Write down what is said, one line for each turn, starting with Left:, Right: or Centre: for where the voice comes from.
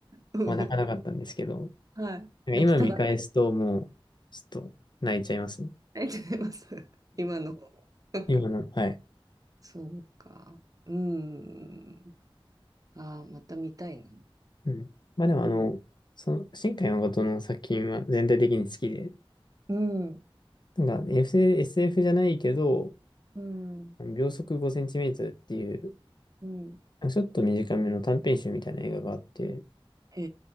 Right: うん
Left: まあ泣かなかったんですけど、なん
Right: はい。
Left: か今見返すともう、
Right: 泣きたかった。
Left: ちょっと泣いちゃいますね。
Right: 泣いちゃいます。今の。<laughs>
Left: 今の、はい。
Right: そうか。うん。ああ、また見たいな。
Left: うん。まあでもあの、
Right: うん。
Left: その、新海誠の作品は全体的に好きで、
Right: うん。
Left: なんか SF、エフじゃないけど、
Right: うん。
Left: 秒速5センチメートルっていう、
Right: うん。
Left: ちょっと短めの短編集みたいな映画があって、
Right: へ